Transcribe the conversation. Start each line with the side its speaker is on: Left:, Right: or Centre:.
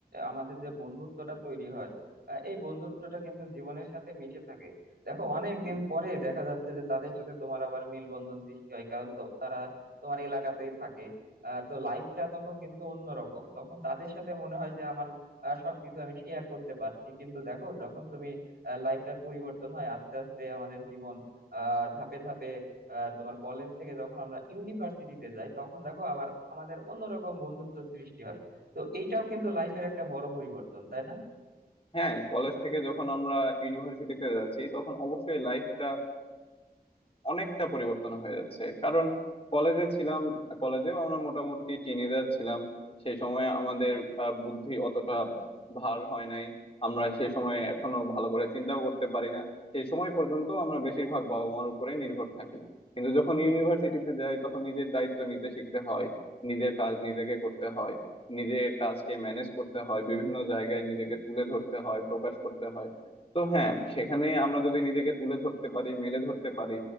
Right: আমাদের যে বন্ধুত্বটা তৈরি হয় আহ, এই বন্ধুত্বটা কিন্তু জীবনের সাথে মিশে থাকে দেখো অনেক দিন পরে দেখা যাচ্ছে যে তাদের সাথে তোমার আবার মিলবন্ধন সৃষ্টি হয় কারণ তো তারা তোমার এলাকাতেই থাকে আহ, তো লাইফটা তখন কিন্তু অন্যরকম তখন তাদের সাথে মনে হয় যে আমার আহ, সবকিছু আমি শেয়ার করতে পারছি কিন্তু দেখো যখন তুমি লাইফটার পরিবর্তন হয় আস্তে আস্তে আমাদের জীবন আহ ধাপে ধাপে আহ, তোমার কলেজ থেকে যখন আমরা ইউনিভার্সিটিতে যাই তখন দেখো আবার আমাদের অন্যরকম বন্ধুত্ব সৃষ্টি হয় তো এইটাও কিন্তু লাইফের একটা বড় পরিবর্তন তাই না
Left: হ্যাঁ কলেজ থেকে যখন আমরা ইউনিভার্সিটিতে যাচ্ছি তখন অবশ্যই লাইফটা অনেকটা পরিবর্তন হয়ে যাচ্ছে কারণ কলেজে ছিলাম কলেজেও আমরা মোটামুটি টিনেজার ছিলাম সেই সময় আমাদের আহ, বুদ্ধি অতটা ভার হয় নাই আমরা সেই সময় এখনো ভালো করে চিন্তাও করতে পারি না সেই সময় পর্যন্ত আমরা বেশিরভাগ বাবা মার উপরে নির্ভর থাকি কিন্তু যখন ইউনিভার্সিটিতে যাই তখন নিজের দায়িত্ব নিতে শিখতে হয় নিজের কাজ নিজেকে করতে হয় নিজের কাজকে ম্যানেজ করতে হয় বিভিন্ন জায়গায় নিজেকে তুলে ধরতে হয় প্রকাশ করতে হয় তো হ্যাঁ সেখানে আমরা যদি নিজেকে তুলে ধরতে পারি মেলে ধরতে পারি